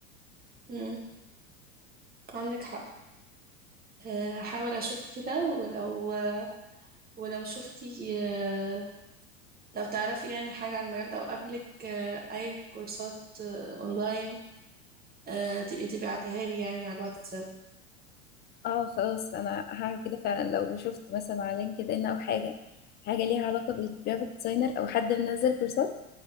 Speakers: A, on the right (about 20°); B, on the left (about 25°).
A: مم، عندك حق آه، هحاول اشوف كده ولو ولو شفتي آه، لو تعرفي يعني حاجة عن المجال ده وقبلك أي كورسات آه، أونلاين آه، تبقي تبعتها لي يعني على الواتساب
B: اه خلاص أنا هعمل كده فعلا لو شفت مثلا على لينكد إن أو حاجة حاجة ليها علاقة بالجرافيك ديزاينر أو حد منزل كورسات